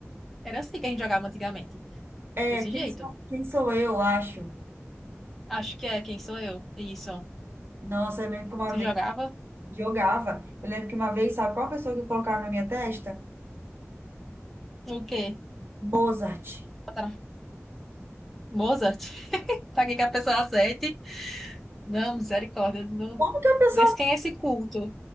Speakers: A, in the centre; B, on the right.
A: era assim que a gente jogava antigamente.
B: É,
A: Desse
B: quem
A: jeito.
B: sou, quem sou eu, acho.
A: Acho que é quem sou eu. Isso.
B: Nossa, eu lembro que uma
A: Se
B: vez
A: jogava,
B: jogava. Eu lembro que uma vez, sabe qual pessoa que colocaram na minha testa?
A: o quê?
B: Mozart.
A: Botaram Mozart? <laughs> Pra que que a pessoa acerte? Não, misericórdia. Não,
B: Como que a pessoa.
A: Desse quem é esse culto?